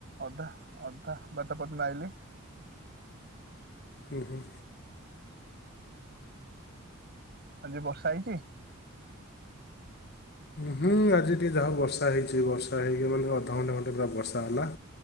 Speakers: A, on the right; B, on the left.
A: ଅଧା ଅଧା ବାଟା ପର୍ଯ୍ୟନ୍ତ ଆଇଲି।
B: ହଁ ହଁ।
A: ଆଜି ବର୍ଷା ହେଇଛି?
B: ହୁଁ ଆଜି ଟିକିେ ଯାହା ବର୍ଷା ହେଇଛି ବର୍ଷା ହେଇକି ମାନେ ଅଧଘଣ୍ଟା ଘଣ୍ଟେ ପୁରରା ବର୍ଷା ହେଲା।